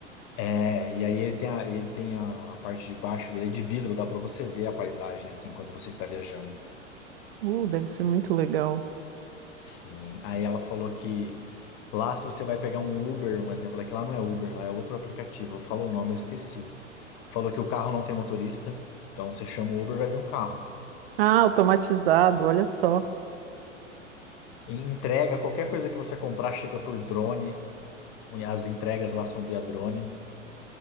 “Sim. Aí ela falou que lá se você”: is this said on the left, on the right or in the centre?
Left